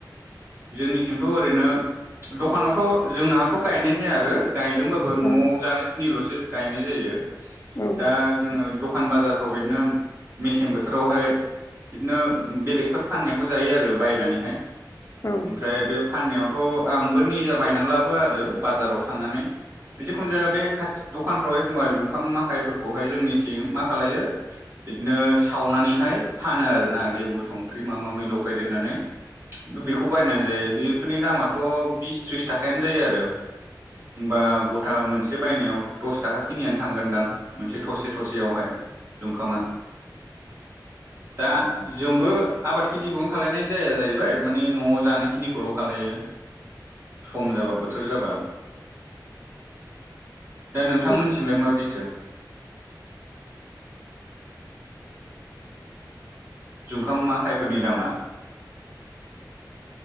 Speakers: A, on the right; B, on the left.
A: जोंनिथिंथ' ओरैनो दखानावथ' जोंनाहाथ' गायनाय जाया आरो गायदोंबाबो
B: औ
A: न'आव जानोखिनिल'सो गायनाय जायो
B: औ
A: दा जोङो दखान बाजारफ्राव बेदिनो मेसें बोथोरावहाय बिदिनो बेलेग- फोर फाननायखौ जायो आरो बायनानैहाय
B: औ
A: ओमफ्राय बे फाननायावथ' आंबो निजा बायनानै लाबो आरो बाजाराव थांनानै जिखुनु जाया बे खाथि दखानफ्राव एखमबा जुंखाम माखाइफोरखौहाय जोंनिथिं मा खालायो बिदिनो सावनानैहाय फानो आरोना लेबु संख्रि मामा मामि लगायदेरनानै बेखौ बायनानै जायो बेफोरनि दामाथ' बिस थ्रिस थाखायानो जायो आरो होमबा गथा मोनसे बायनायाव दस थाखा खिनियानो थांगोनदां मोनसे थसे थसेयावहाय दुंखामा दा जोंबो आबाद खिथिखौनो खालायनाय जाया जाहैबाय माने न'आव जानाय खिनि- खौल' खालायो सम जाबा बोथोर जाबा दा नोंथांमोननिसिंलाय
B: औ
A: माबायदिथो जुंखाम माखायफोरनि दामा